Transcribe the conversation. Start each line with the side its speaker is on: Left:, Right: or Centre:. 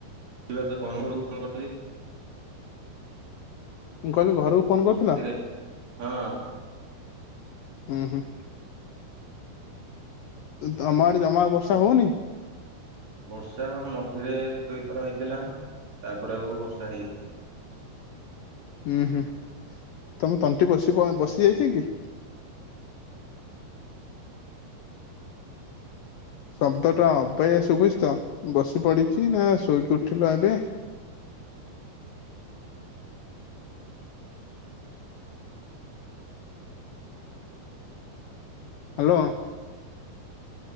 Right: ଯ ତ ତମ ଘରକୁ କଣ <unintelligible> କରିଥିଲ।
Left: ମୁଁ କହିଲି ଘରକୁ ଫୋନ କରିଥିଲ?
Right: ରାତିରେ। ହଁ
Left: ଉ ହୁ। ତମ ଆଡେ ଜମା ବର୍ଷା ହଉନି।
Right: ବର୍ଷା ମଝିରେ ଦୁଇଥର ହେଇଥିଲା ତାପରେ ଆଉ ବର୍ଷା ହେଇନି।
Left: ହୁଁ ହୁଁ ତମେ ତଣ୍ଟି ବସି ବସି ଯାଇଛି କି? ଶବ୍ଦ ଟା ଅବେେଇ ଆ ଶୁ ବୁଝ ତ ବସି ପଡିଛି ନା ଶୋଇକି ଉଠିଲ ଏବେ। ହ୍ୟାଲୋ।